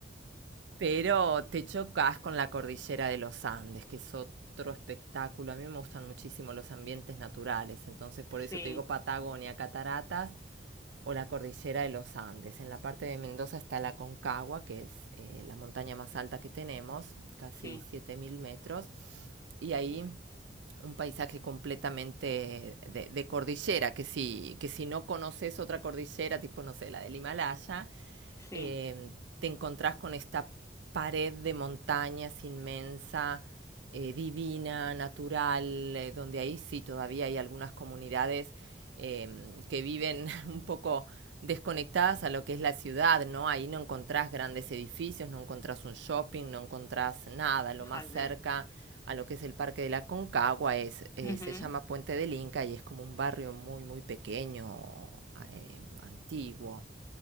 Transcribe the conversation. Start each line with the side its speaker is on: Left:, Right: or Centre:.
Right: pero te chocas con la cordillera de los Andes, que es otro espectáculo, a mí me gustan muchísimo los ambientes naturales, entonces por
Left: Sí,
Right: eso te digo Patagonia, cataratas, o la cordillera de los Andes. En la parte de Mendoza está la Concagua, que es eh, la montaña más alta que tenemos, casi
Left: sí,
Right: 7.000 metros, y ahí un paisaje completamente de, de, cordillera, que si, que si no conoces otra cordillera, tipo, no sé, la del Himalaya,
Left: sí,
Right: eh, te encontrás con esta pared de montañas inmensa, eh, divina, natural, eh, donde ahí sí todavía hay algunas comunidades eh, que viven <laughs> un poco desconectadas a lo que es la ciudad, ¿no? Ahí no encontrás grandes edificios, no encontrás un shopping, no encontrás nada. Lo
Left: fíjate.
Right: más cerca a lo que es el Parque de la Concagua es, eh,
Left: Ujú.
Right: se llama Puente del Inca y es como un barrio muy, muy pequeño, eh, antiguo.